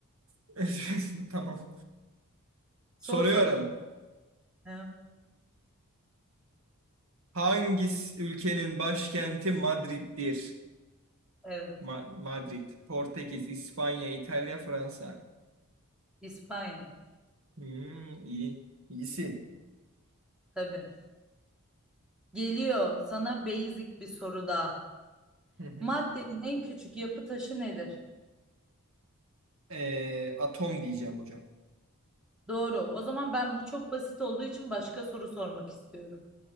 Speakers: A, on the right; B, in the centre.
A: <laughs> Tamam.
B: Sor
A: Soruyorum.
B: sorunu. Hı,
A: Hangisi ülkenin başkenti Madrid'dir?
B: Evet.
A: Ma- Madrid, Portekiz, İspanya, İtalya, Fransa.
B: İspanya.
A: Hmm, iyi. İyisin.
B: Tabii. Geliyor sana basic bir soru daha.
A: Hı hı.
B: Maddenin en küçük yapı taşı nedir?
A: Ee, atom diyeceğim hocam.
B: Doğru. O zaman ben bu çok basit olduğu için başka soru sormak istiyorum.